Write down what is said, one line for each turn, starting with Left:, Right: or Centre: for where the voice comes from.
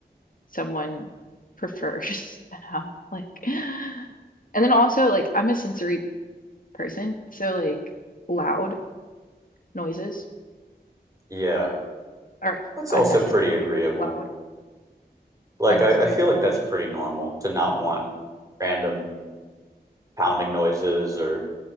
Left: someone prefers <laughs> to have like. <gasps> And then also like I'm a sensory person, so like loud noises
Right: Yeah.
Left: are
Right: That's also
Left: unnecessarily
Right: pretty agreeable.
Left: like loud,
Right: Like
Left: unnecessarily.
Right: I, I feel like that's pretty normal to not want random pounding noises or